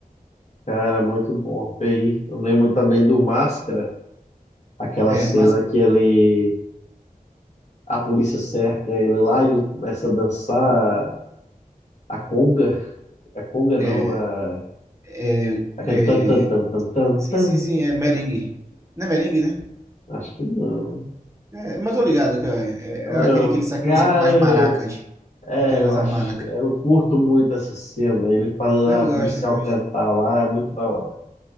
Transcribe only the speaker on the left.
Cara, muito bom. E Aí, eu lembro também do Máscara, aquela
cena
que ele. A polícia cerca ele lá e ele começa a dançar a conga. A conga não,
a.
Aquele
tan tan tan tan tan
tan.
Acho que não.
Não,
cara,
é,
eu acho,
é, eu curto muito essa cena. Ele faz a
policial
cantar lá, é muito da hora.